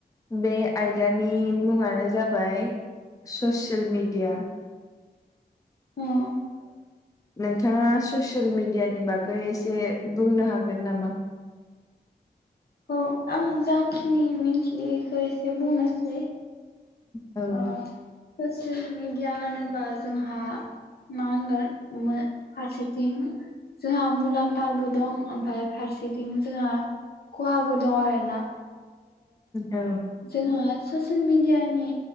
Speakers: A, on the left (about 20°); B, on the left (about 65°).
A: बे आयदानि मुङानो जाबाय ससियेल मेडिया
B: उम
A: नोंथाङा ससियेल मिेडियानि बागै एसे बुंनो हागोन नामा
B: औ आं जाखिनि मिन्थियैखौो एसे बुंनोसै
A: औ
B: ओ ससियेल मिेडिया होनोबा जोंहा मांगोन फारसेथिं जोंहा मुलाम्फाबो दं ओमफफ्राय फारसेथिं जोंहा खहाबो दङ आरोना
A: औ
B: जोंहा ससियेल मेडियानि